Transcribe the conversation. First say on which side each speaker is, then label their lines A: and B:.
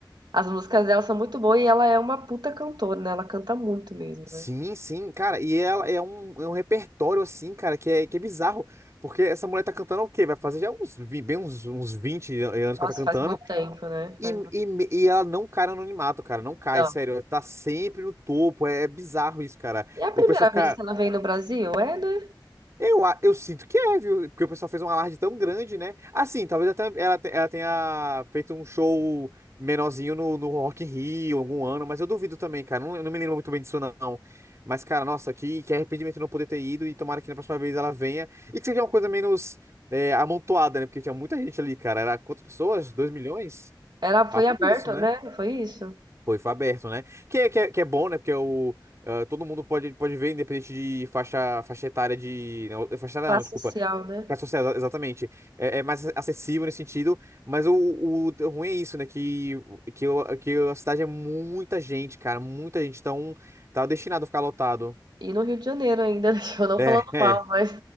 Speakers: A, on the right (about 65°); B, on the right (about 35°).
A: As músicas dela são muito boas e ela é uma puta cantora, né? Ela canta muito mesmo,
B: Sim,
A: né?
B: sim, cara. E ela
A: Nossa,
B: é um, é um repertório, assim, cara, que é, que é bizarro. Porque essa mulher tá cantando o quê? Vai fazer já uns, vi- bem uns, uns 20 an- anos
A: nossa,
B: que ela tá cantando.
A: faz muito tempo, né?
B: E,
A: Faz muito...
B: e, me- e ela não cai no anonimato, cara. Não cai,
A: Não.
B: sério. Ela tá sempre no topo. É, é bizarro isso, cara.
A: E é a
B: O
A: primeira
B: pessoal fica.
A: vez que ela vem no Brasil? É, né?
B: Eu, a- eu sinto que é, viu? Porque o pessoal fez um alarde tão grande, né? Assim, talvez até ela, te- ela tenha feito um show menorzinho no, no Rock in Rio algum ano, mas eu duvido também, cara. Não, eu não me lembro muito bem disso, não. Mas, cara, nossa, que, que arrependimento não poder ter ido e tomara que na próxima vez ela venha. E que seja uma coisa menos é, amontoada, né? Porque tinha muita gente ali, cara. Era quantas pessoas? Dois milhões?
A: Era
B: Papo
A: foi aberto,
B: disso, né?
A: né, foi isso?
B: Foi, foi aberto, né? Que, é- que, é, que é bom, né? Porque é o, ah, todo mundo pode, pode ver, independente de faixa, faixa etária de. Não, faixa etária
A: Classe
B: não, desculpa
A: social, né.
B: Classe social, exa- exatamente. É, é mais acessível nesse sentido, mas o, o, o ruim é isso, né? Que, que, o- que a cidade é muita gente, cara, muita gente. Então, tá destinado a ficar lotado.
A: E no Rio de Janeiro ainda, <laughs> eu não
B: É,
A: falando
B: é.
A: mal, mas